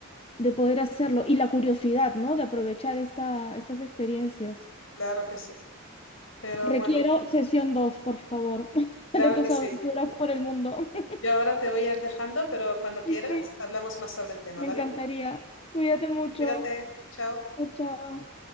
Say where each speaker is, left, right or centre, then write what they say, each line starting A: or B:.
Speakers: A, on the left; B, on the left.
A: de poder hacerlo y la curiosidad, ¿no? De aprovechar esta, estas experiencias.
B: Claro que sí. Pero
A: Requiero
B: bueno,
A: sesión 2, por favor, <laughs>
B: claro
A: de tus
B: que sí.
A: aventuras por el mundo. <laughs>
B: Yo ahora te voy a ir dejando, pero cuando quieras
A: Sí, sí,
B: hablamos más sobre el tema,
A: me
B: ¿vale?
A: encantaría. Cuídate mucho.
B: Cuídate. Chao.
A: Chao, chao.